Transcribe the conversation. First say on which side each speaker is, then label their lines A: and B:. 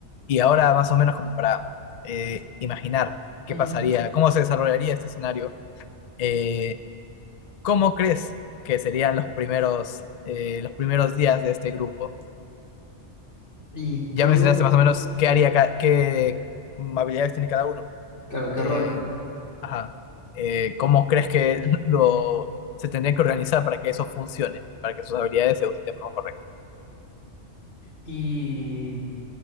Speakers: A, on the left (about 55°); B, on the left (about 75°).
A: Y ahora, más o menos, como para eh, imaginar qué
B: Ujú.
A: pasaría, cómo se desarrollaría este escenario. eh, ¿Cómo crees que serían los primeros, eh, los primeros días de este grupo?
B: Y
A: Ya
B: todo,
A: mencionaste más o menos qué haría, ca- qué habilidades tiene cada uno.
B: claro, qué
A: Eh,
B: rol.
A: ajá. Eh, ¿cómo crees que <laughs> lo se tendrían que organizar para que eso funcione, para que sus habilidades se usen de forma correcta?
B: Y